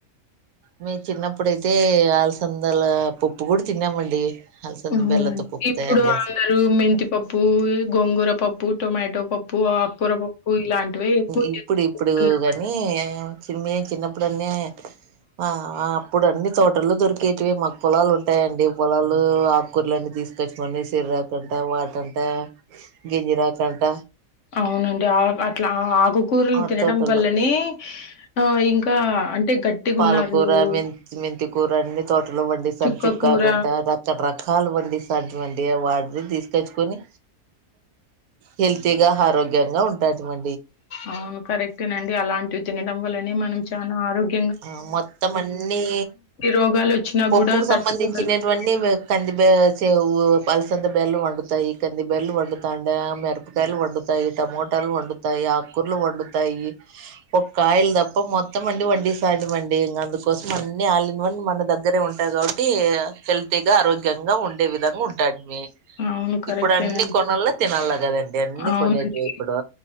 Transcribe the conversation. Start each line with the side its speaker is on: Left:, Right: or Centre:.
Right: మేము చిన్నప్పుడైతే అలసందల పప్పు కూడా తిన్నామండి అలసంద
Left: అవునండి
Right: బెల్లతో పప్పు
Left: ఇప్పుడు
Right: తయారు చేస్త
Left: అందరూ మెంతిపప్పు గోంగూర పప్పు టొమాటో పప్పు ఆకుకూర పప్పు ఇలాంటివే ఎక్కువ
Right: ఇప్పుడు ఇప్పుడు
Left: చేసుకుంటున్నామండి.
Right: కాని చి చిన్నప్పుడు అన్నీ ఆ ఆ అప్పుడు అండి తోటల్లో దొరికేటివి మాకు పొలాలు ఉంటాయండి పొలాలు ఆకుకూరలన్నీ తీసుకొచ్చుమండి శర కంట వాట అంట గింజిరా కంట
Left: అవునండి ఆ అట్లా ఆకుకూరలు
Right: ఆ
Left: తినడం
Right: తోటల్లో
Left: వల్లనే ఆహ్, ఇంకా అంటే గట్టిగున్నారు.
Right: పాలకూర మెంత మెంత కూూర అన్ని తోటలో పండిస్తాను
Left: చుక్క
Right: చుక్కా
Left: కూర
Right: కంట రకరకాలు వడి <unintelligible> వాడి తీసుకొచ్చుకని హెల్తీగా ఆరోగ్యంగా ఉంటాంది మ
Left: అవును కరెక్ట్నండి అలాంటివి తినడం వల్లనే మనం చాలా ఆరోగ్య
Right: ఆ మొత్తం అన్నీ
Left: రోగాలు వచ్చినా
Right: పప్పుకు
Left: కూడా తట్టుకోగలుగుతాం
Right: సంబంధించినటువన్నీ కంది సేవు పల్సంత బెల్లు వండుతాయి కంది బెల్లు వండుతా అండా మెరపకాయలు వండుతాయి టమోటా వండుతాయి ఆకుర్లు వండుతాయి ఒక కాయలు తప్ప మొత్తం అండి వండిస్త సాధమండి ఇంకా అందుకోసం అన్ని ఆలిన్ వన్ మన దగ్గరే ఉంటాయి కాబట్టి హెల్తీగా ఆరోగ్యంగా ఉంగా ఉండే విధంగా ఉంటాడు మీ
Left: అవును కరెక్టేనండి
Right: ఇప్పుడు అన్ని కొనల్లో తినాల కదండి అన్ని
Left: అవునండి
Right: కొనేటి ఇప్పుడు